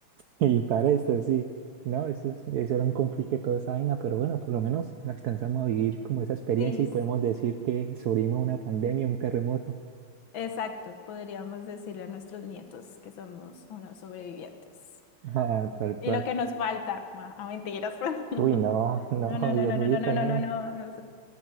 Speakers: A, on the right; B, on the left.
A: Y para esto, sí. No, eso, es- eso era un complique toda esa vaina, pero bueno, por lo menos alcanzamos a vivir como esa experiencia
B: Sí, s-
A: y podemos decir que sobrevivimos a una pandemia, un terremoto.
B: exacto. Podríamos decirle a nuestros nietos que somos unos sobrevivientes.
A: <laughs> Ah, tal
B: Y
A: cual.
B: lo que nos falta, ah, ah, mentiras. <laughs>
A: Uy, no, <laughs> no,
B: No, no,
A: Dios
B: no, no,
A: mío,
B: no, no, no,
A: no,
B: no, no, no.